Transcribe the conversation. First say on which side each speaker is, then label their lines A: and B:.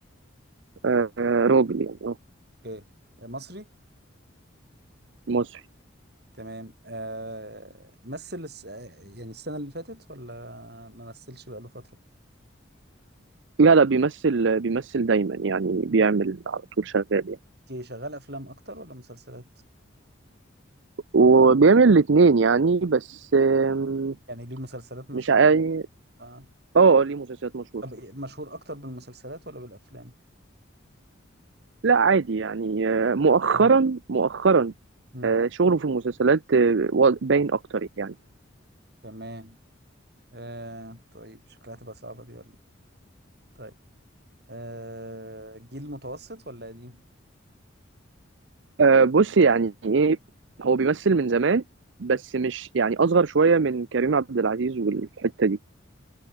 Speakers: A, on the right (about 70°); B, on the right (about 55°).
A: آه، راجل يعني اه
B: اوكي مصري
A: مصري
B: تمام آه مثل الس... آه، يعني السنة اللي فاتت ولا ما مثلش بقاله فترة
A: لا لا بيمثل بيمثل دايما يعني بيعمل على طول شغال يعني
B: اوكي شغال أفلام أكتر ولا مسلسلات
A: وبيعمل الاتنين يعني بس آم،
B: يعني ليه مسلسلات مشهورة
A: مش عاي...
B: آه.
A: اه ليه مسلسلات مشهورة
B: طب إيه، مشهور أكتر بالمسلسلات ولا بالأفلام
A: لا عادي يعني آه، مؤخرا
B: مم.
A: مؤخرا
B: مم.
A: آه، شغله في المسلسلات آه، وا- باين اكتر يعني
B: تمام آه طيب شكلها تبقى صعبة دي ولا إيه؟ طيب آه جيل متوسط ولا قديم
A: أه بص يعني ايه هو بيمثل من زمان بس مش يعني اصغر شويه من كريم عبد العزيز والحته دي